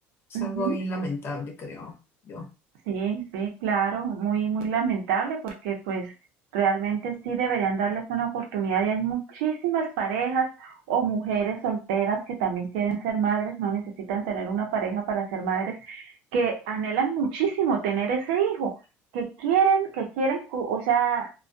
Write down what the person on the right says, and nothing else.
ujú.
Sí, sí, claro, muy, muy lamentable porque pues realmente sí deberían darles una oportunidad y hay muchísimas parejas o mujeres solteras que también quieren ser madres, no necesitan tener una pareja para ser madres, que anhelan muchísimo tener ese hijo, que quieren, que quieren, o o sea,